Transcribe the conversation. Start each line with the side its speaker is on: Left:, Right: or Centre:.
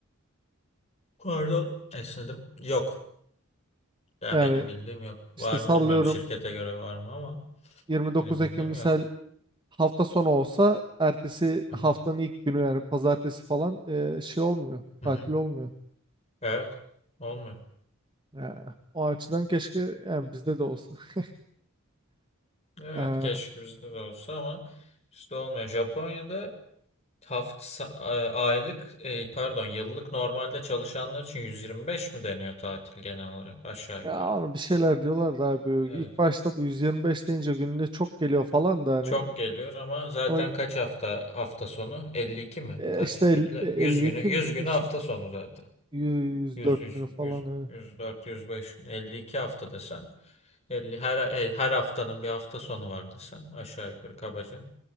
Left: Pardon. Esnedim. Yok. Ya
Right: Yani
Left: benim bildiğim yok. Var
Right: işte sallıyorum
Left: mı bilmiyorum. Şirkete göre var mı ama
Right: 29
Left: benim bildiğim
Right: Ekim misal
Left: yok.
Right: hafta sonu olsa ertesi
Left: Hı
Right: haftanın
Left: hı.
Right: ilk günü yani pazartesi falan e, şey olmuyor.
Left: Hı
Right: Tatil
Left: hı.
Right: olmuyor.
Left: Evet. Olmuyor.
Right: Ya, o açıdan keşke yani bizde de olsa. <laughs>
Left: Evet
Right: Ee,
Left: keşke bizde de olsa ama bizde olmuyor. Japonya'da hafta aylık e, pardon yıllık normalde çalışanlar için 125 mi deniyor tatil genel olarak aşağı
Right: ya
Left: yukarı.
Right: abi bir şeyler diyorlar da abi
Left: Evet.
Right: ilk başta bu 125 deyince gününe çok geliyor falan da hani
Left: Çok geliyor ama zaten
Right: ama
Left: kaç hafta hafta sonu? 52 mi?
Right: e,
Left: Kaç
Right: işte
Left: bekle?
Right: el- e, 52
Left: 100 günü 100
Right: mi? Öyle
Left: günü
Right: şey,
Left: hafta sonu zaten.
Right: 104
Left: 100, 100,
Right: günü falan
Left: 100,
Right: evet.
Left: 104, 105, 52 hafta desen. 50, her, e, her haftanın bir hafta sonu var desen. Aşağı yukarı kabaca.